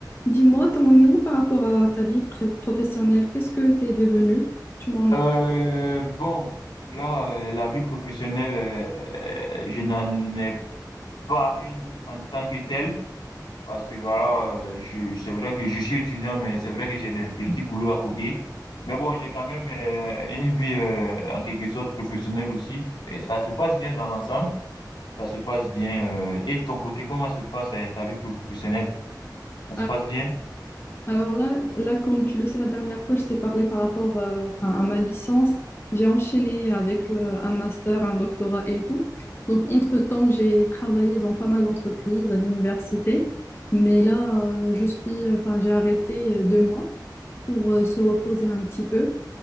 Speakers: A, on the left; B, on the left.
A: Dis-moi, t'en es où par rapport à ta vie pré- professionnelle? Qu'est-ce que t'es devenu? Tu m'en as
B: Euh,
A: pas.
B: bon, là, euh, la vie professionnelle, euh, euh, je n'en ai pas une en tant que telle, parce que voilà, euh, je, c'est vrai que je suis étudiant, mais c'est vrai que j'ai des petits boulots à côté. Mais bon, j'ai quand même euh, une vie euh, en quelque sorte professionnelle aussi. Et ça se passe bien dans l'ensemble, ça se passe bien. euh, et de ton côté, comment se passe euh, ta vie professionnelle? Ça se
A: Alors,
B: passe bien?
A: alors là, là, comme tu le sais, la dernière fois, je t'ai parlé par rapport euh, enfin, à ma licence. J'ai enchaîné avec euh, un master, un doctorat et tout. Donc, entre-temps, j'ai travaillé dans pas mal d'entreprises, à l'université. Mais là, euh, je suis, enfin, j'ai arrêté euh, deux mois pour euh, se reposer un petit peu.